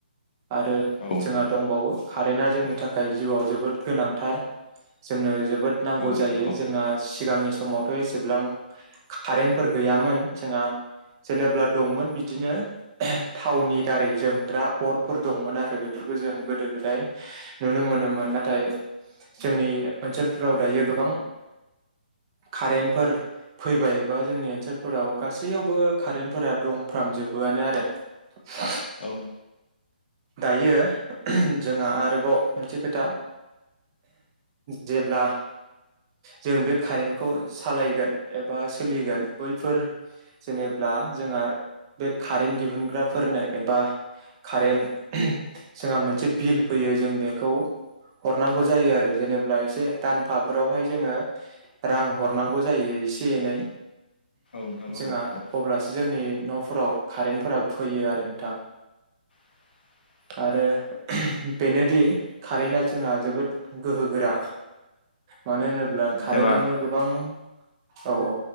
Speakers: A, on the right; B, on the left.
A: आरो
B: औ नोंथां
A: जोंहा दंबावो कारेन्टा जोंनि थाखाय थाखाय जिउआव जोबोद गोनांथार जोंनो जोबोद नांगौ
B: औ नोंथां औ नोंथां
A: जायो जोंहा आंनि समावथ' एसेब्लां कारेन्टफोर गैयामोन जोंहा जेनेब्ला दंमोन बिदिनो थावनि दारै जोंग्रा अरफोर दंमोन आरो बेफोर जों गोदो गोदाय नुनो मोनोमोन नाथाय जोंनि ओनसोलफोराव दायो गोबां कारेन्टफोर फैबायबा जोंनि ओनसोलफोराव गासैयावबो कारेन्टफोरा दंफ्रामजोबोआनो आरो <unintelligible>
B: औ।
A: दायो जोंहा आरोबाव मोनसे खोथा जेब्ला जों बे कारेन्टखौ सालायगोन एबा सोलिगोन बैफोर जेनेब्ला जोंहा बे कारेन्ट दिहुनग्राफोरनो एबा कारेन्ट जोंहा मोनसे बिल फैयो जों बेखौ हरनांगौ जायो आरो जेनेबब्ला एसे दानफाफोरावहाय जोङो रां हरनांगौ जायो एसे एनै
B: नोंथां औ
A: जोंहा
B: औ
A: अब्लासो जोंनि न' फोराव कारेन्टफोरा फैयो आरो नोंथा।
B: <inaudible>
A: आरो बेनोदि कारेन्टआ जोंहा जोबोद गोहो गोरा मानो होनोब्ला कारेन्टजोंनो
B: जेनेबा
A: गोबां औ औ।